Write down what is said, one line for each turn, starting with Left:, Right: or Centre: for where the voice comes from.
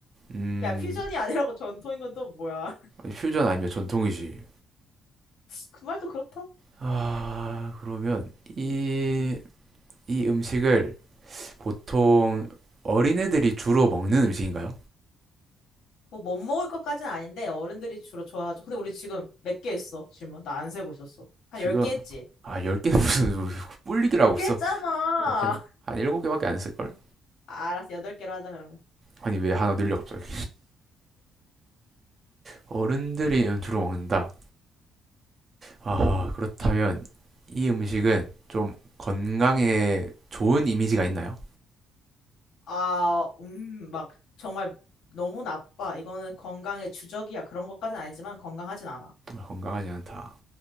Right: 음,
Left: 야, 퓨전이 아니라고 전통인 건 또 뭐야?
Right: 퓨전 아니면 전통이지.
Left: <laughs> 그 말도 그렇다.
Right: 아, 그러면 이 이 음식을 보통 어린애들이 주로 먹는 음식인가요?
Left: 뭐 못 먹을 것까지는 아닌데 어른들이 주로 좋아하죠. 근데 우리 지금 몇 개 했어? 질문. 나 안 세고 있었어. 한
Right: 지금
Left: 10개 했지?
Right: 아 10개 무슨 뿔리기라고
Left: 10개
Right: 써
Left: 했잖아.
Right: 이렇게
Left: <laughs>
Right: 한 7개밖에 안 했을걸?
Left: 아, 알았어. 8개로 하자 그러면.
Right: 아니 왜 하나 늘려 갑자기 어른들이 주로 먹는다 아 그렇다면 이 음식은 좀 건강에 좋은 이미지가 있나요?
Left: 아, 음, 막 정말 너무 나빠. 이거는 건강의 주적이야. 그런 것까지는 아니지만 건강하진 않아.
Right: 건강하지 않다